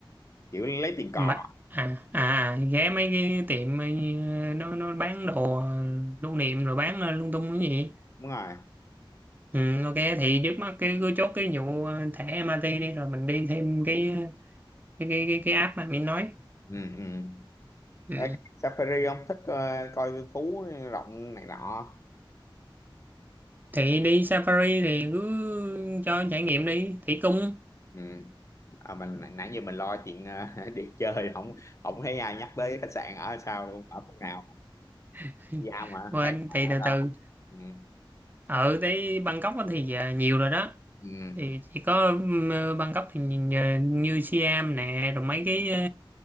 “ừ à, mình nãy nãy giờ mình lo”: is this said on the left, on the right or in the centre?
Left